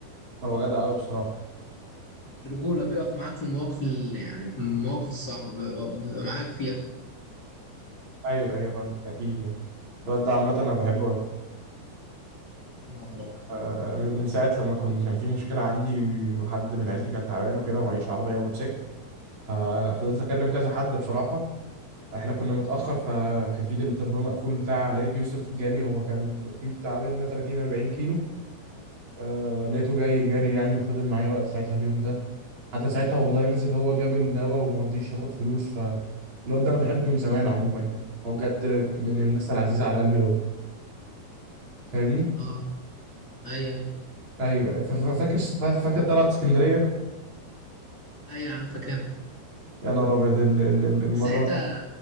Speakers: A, on the right; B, on the left.
A: هو جدع قوي بصراحه
B: رجولة بيقف معاك في المواقف ال- يعني في المواقف الصعبة بيبقى بيبقى معاك فيها
A: ايوه ايوه فاهمك اكيد يعني الواد ده عامه انا بحبه قوي
B: أنا والله
A: آه، من من ساعه لما كنت كان في مشكله عندي وحد من عيلتي كان تعبان وكده ومعيش عربيه موتوسيكل ففضلت اكلم كذا حد بصراحه احنا كنا متاخر فكان في التليفون مقفول بتاع علاء يوسف جالي هو كان في بتاع بينا 30 40 كيلو آه لقيته جاي جري يعني وفضل معايا واقف ساعتها اليوم ده حتى ساعتها والله نزل هو جاب الدواء وما رضيش ياخد فلوس فالواد ده انا بحبه من زمان عموما يعني هو بجد من الناس العزيزه على قلبي قوي فاهمني
B: اه ايوه ايوه
A: ايوه ف- ف- فاكر فاكر طلعت اسكندريه
B: ايوه يا عم فاكرها
A: يا نهار ابيض ال- ال- ال- المره
B: ساعتها